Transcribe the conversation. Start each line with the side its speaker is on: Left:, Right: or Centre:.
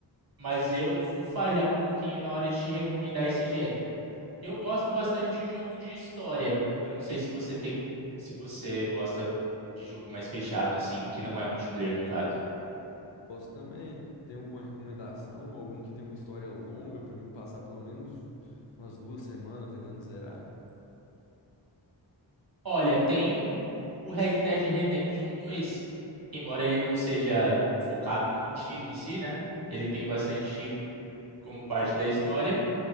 Right: mas eu vou falhar um pouquinho na hora de te recomendar esse gênero. Eu gosto bastante de jogo de história. Eu não sei se você tem, se você gosta de jogo mais fechado, assim, que não é multiplayer no caso.
Left: Posso também. Tem alguma recomendação? Algum que tem uma história longa pra mim passar pelo menos umas duas semanas tentando zerar?
Right: Olha, tem o, o Red Dead Redemption dois, que embora ele não seja focado no tiro em si, né? Ele tem bastante tiro como parte da história.